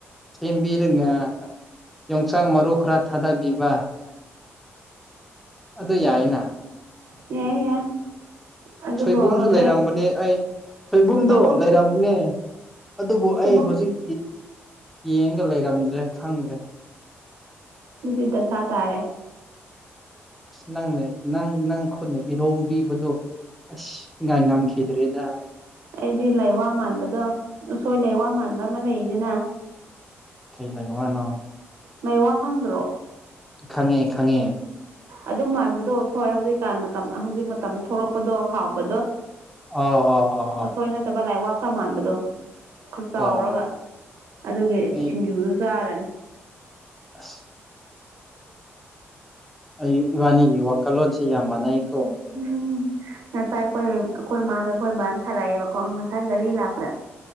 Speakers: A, in the centre; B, on the right (about 70°).
A: ꯊꯝꯕꯤ ꯂ ꯌꯣꯡꯆꯥꯛ ꯃꯔꯨ ꯈꯔ ꯊꯥꯗꯕꯤꯕ ꯑꯗꯨ ꯌꯥꯏꯅ
B: ꯌꯥꯏ ꯑꯗꯨꯕꯨ
A: ꯁꯣꯏꯕꯨꯝꯁꯨ
B: ꯍꯣꯔꯦꯟ
A: ꯂꯩꯔꯝꯕꯅꯦ ꯑꯩ ꯁꯣꯏꯕꯨꯝꯗꯣ
B: ꯁꯣꯏꯕꯨꯝ
A: ꯂꯩꯔꯝꯕꯅꯦ ꯑꯗꯨꯕꯨ
B: ꯁꯣꯏꯕꯨꯝ
A: ꯑꯩ ꯍꯧꯖꯤꯛ ꯌꯦꯡꯒ ꯂꯩꯔꯝꯗ꯭ꯔꯦ ꯈꯪꯗ꯭ꯔꯦ
B: ꯑꯗꯨꯗꯤ ꯗꯁꯥ ꯇꯥꯔꯦ
A: ꯅꯪꯅꯦ ꯅꯪ ꯅꯪ ꯈꯨꯠꯅ ꯏꯔꯣꯝꯕꯤꯕꯗꯣ ꯑꯁ ꯉꯥꯏ
B: ꯎꯝ
A: ꯉꯝ ꯈꯗꯔꯤꯦꯗ
B: ꯑꯩꯗꯤ ꯂꯩꯋꯥ ꯃꯥꯟꯕꯗꯣ ꯎꯁꯣꯏ ꯂꯩꯋꯥ ꯃꯥꯟꯕ ꯑꯃ ꯂꯩꯗꯅ
A: ꯀꯩ ꯂꯦ ꯋꯥ ꯅ
B: ꯂꯩꯋꯥ ꯈꯪꯗ꯭ꯔꯣ
A: ꯈꯪꯉꯦ ꯈꯪꯉꯦ
B: ꯑꯗꯨ ꯃꯥꯟꯕꯗꯣꯁꯣꯏ ꯍꯧꯖꯤꯛꯀꯥꯟ ꯃꯇꯝ ꯍꯧꯖꯤꯛ ꯃꯇꯝꯗ ꯊꯣꯛꯂꯛꯄꯗꯣ ꯍꯥꯎꯕꯗꯣ
A: ꯑꯥ ꯑꯥ ꯑꯥ
B: ꯑꯣ
A: ꯑꯥ
B: ꯁꯣꯏ ꯅꯗꯕ ꯂꯥꯏꯛ ꯋꯥ ꯈꯔ ꯃꯥꯟꯕꯗꯣ ꯈꯔ ꯆꯥꯎꯔꯒ
A: ꯑꯣ
B: ꯑꯗꯨꯒꯤ
A: ꯑꯩ
B: ꯁꯤꯡꯖꯨꯗꯣ ꯆꯥꯔꯅꯤ
A: <unintelligible> ꯑꯩ ꯏꯕꯥꯅꯤꯒꯤ ꯋꯥꯈꯜꯂꯣꯟꯁꯤ ꯌꯥꯝ ꯃꯥꯟꯅꯩꯀꯣ
B: ꯎꯝ ꯉꯁꯥꯏ ꯑꯩꯈꯣꯏ ꯑꯩꯈꯣꯏ ꯃꯥꯒ ꯑꯩꯈꯣꯏ ꯕꯥꯟ ꯊꯥꯔꯛꯑꯦꯕꯀꯣ ꯉꯁꯥꯏ ꯒꯥꯔꯤ ꯂꯥꯛꯄꯗ